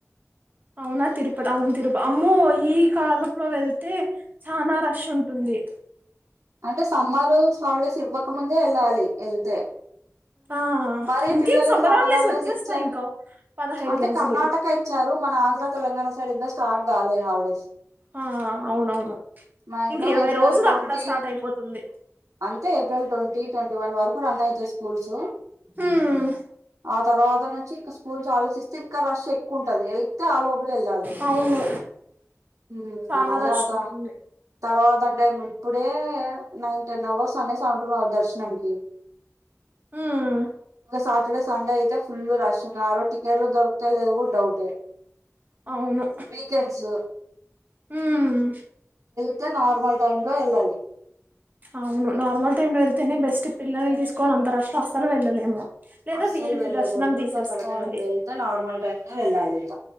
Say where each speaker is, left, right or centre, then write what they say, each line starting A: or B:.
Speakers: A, on the right; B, on the right.
A: అవునా తిరుపత అవును తిరుప అమ్మో ఈ కాలపులో వెళ్ తే చనా రష్ ఉంటుంది
B: అంటే సమ్మరు హాలిడేస్ ఇవ్వకముందే ఏళ్ళాలి ఏళ్తే
A: ఆ
B: మరీ
A: ఇంకేం
B: పిల్లలకు సమ్మర్ హాలిడేస్
A: వచ్చేస్తాయి
B: ఇచ్చారు
A: ఇంకో పదహైదు
B: అంటే
A: రోజులు
B: కర్ణాటక ఇచ్చారు మన ఆంధ్ర తెలంగాణ సైడ్ ఇంకా స్టార్ట్ కొలే హాల్డేస్
A: ఆ అవునవును
B: మాక్సిమం
A: ఇంక ఇరవై
B: ఏప్రిల్
A: రోజులు
B: ట్వంటీ
A: అక్కడ స్టార్ట్ అయిపోతుంది
B: అంతే ఏప్రిల్ ట్వంటీ ట్వంటీ వన్ వర కు రన్ అవుతాయ్ స్కూల్స్
A: ఉమ్
B: అ తర్వాత నుంచి ఇంకా స్కూల్స్ ఆలోచిస్తే ఇంకా రష్ ఎక్కువ ఉంటది ఏళ్తే ఆ లోపలే ఏళ్ళాలి
A: అవును
B: హ్మ్ ఇంక
A: చానా
B: మళ్లీ
A: రష్
B: ఆ త
A: ఉంటుంది
B: తర్వాతం టే ఇప్పుడే నైన్ టెన్ అవర్స్ అనేసి అంటున్నారు దర్శనంకి
A: హ్మ్
B: ఇంకా సాటర్డే సండే అయితే ఫుల్లు రష్ ఇంగ ఆరోజు టికెట్లు దొరుకుతాయో లేదో కూడా డౌటే
A: అవును
B: వీకెండ్స్
A: ఉహ్మ్
B: తే నార్మల్ టైమ్లో ఏళ్ళాలి
A: అవును నార్మల్ టైమ్లో ఎళ్తేనే బెస్ట్ పిల్లల్ని తీసుకొని అంత రష్లో అస్సలు వెళ్ళలేము లేదా
B: అస్సలు
A: విఐపి
B: వెళ్ళకూడదు
A: దర్శనం తీసేసుకోవాలి
B: ఇంక తలకాయ నొప్పి వెళ్తే నార్మల్ టైమ్‌లో వెళ్ళాలి ఇంకా